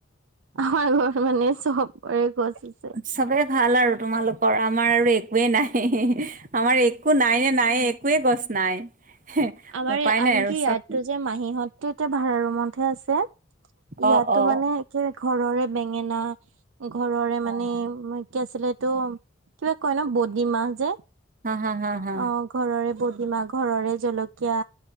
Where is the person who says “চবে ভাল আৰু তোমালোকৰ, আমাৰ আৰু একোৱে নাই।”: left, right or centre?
Right